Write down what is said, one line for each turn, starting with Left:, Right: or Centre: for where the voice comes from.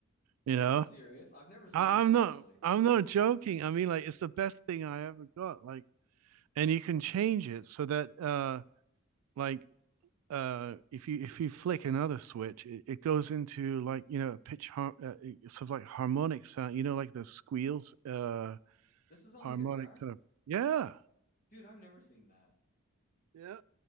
Right: You
Left: Are
Right: know,
Left: you serious? I've never seen
Right: I,
Left: this
Right: I'm
Left: actually.
Right: not I'm not joking. I mean, like, it's the best thing I ever got. Like and you can change it so that uh like uh if you if you flick another switch it, it goes into like you know a pitch har- uh, sort of like harmonic sound you know like the squeals uh
Left: This is on
Right: harmonic
Left: the guitar?
Right: kind of yeah
Left: Dude, I've never seen that.
Right: yeah